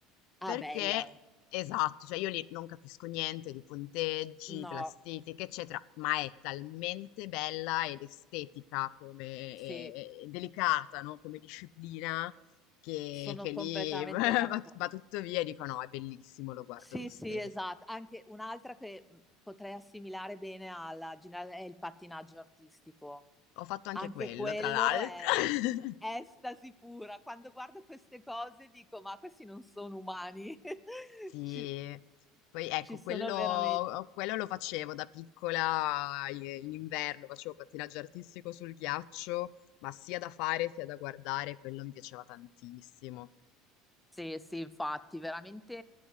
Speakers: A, in the centre; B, on the left.
A: ah,
B: Perché
A: bella.
B: esatto, cioè io lì non capisco niente di punteggi,
A: No,
B: classifiche, eccetera, ma è talmente bella ed estetica come
A: Sì,
B: e e delicata, no, come disciplina che
A: sono
B: che lì
A: completamente
B: <laughs> va
A: d'accordo.
B: va tutto via e dico: "No, è bellissimo, lo guardo
A: Sì,
B: lo stesso".
A: sì, esatto. Anche un'altra che mh, potrei assimilare bene alla generale è il pattinaggio artistico.
B: Ho fatto anche
A: Anche
B: quello,
A: quello
B: tra l'altro.
A: è
B: <laughs>
A: estasi pura. Quando guardo queste cose dico, ma questi non sono umani. <laughs>
B: Sì,
A: Ci,
B: poi ecco,
A: ci sono
B: quello,
A: veramente.
B: quello lo facevo da piccola eh, in inverno, facevo pattinaggio artistico sul ghiaccio, ma sia da fare sia da guardare, quello mi piaceva tantissimo.
A: Sì, sì, infatti, veramente